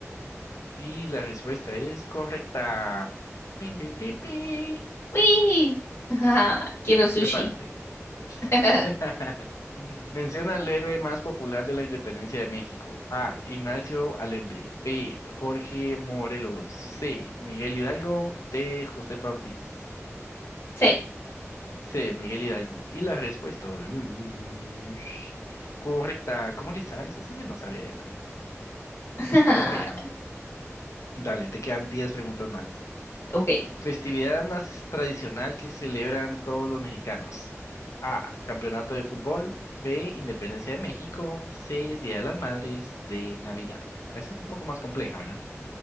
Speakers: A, on the left (about 85°); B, on the left (about 55°).
A: Y la respuesta es correcta. Pim, pim, pim, pim.
B: Uy. <laughs> Ajá. Quiero sushi.
A: Prepárate.
B: <laughs>
A: <laughs> Menciona al héroe más popular de la independencia de México. A. Ignacio Allende. B. Jorge Morelos. C. Miguel Hidalgo. D. Josefa Ortiz.
B: C.
A: Sí, Miguel Hidalgo. Y la respuesta es correcta. ¿Cómo le sabes? Eso sí no sabía yo, mira.
B: <laughs>
A: Hubiera fallado. Dale, te quedan 10 preguntas más.
B: Ok.
A: Festividad nas- tradicional que celebran todos los mexicanos. A. Campeonato de fútbol. B. Independencia de México. C. Día de las Madres. D. Navidad. Ah, esa es un poco más compleja, mira.